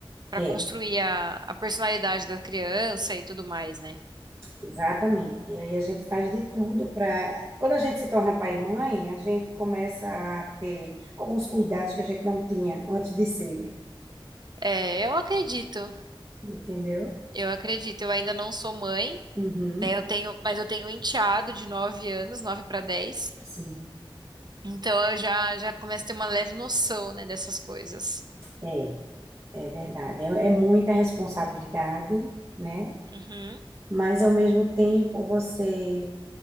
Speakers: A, on the right; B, on the right.
A: para
B: É,
A: construir a, a personalidade da criança e tudo mais, né?
B: exatamente. E aí a gente faz de tudo para. Quando a gente se torna pai e mãe, a gente começa a ter alguns cuidados que a gente não tinha antes de ser,
A: É, eu acredito,
B: entendeu?
A: eu acredito. Eu ainda não sou mãe,
B: Uhum,
A: né? Eu tenho, mas eu tenho um enteado de 9 anos, 9 para 10.
B: sim.
A: Então eu já, já começo a ter uma leve noção, né, dessas coisas.
B: É. É verdade, é, é muita responsabilidade, né?
A: Uhum,
B: Mas ao mesmo tempo você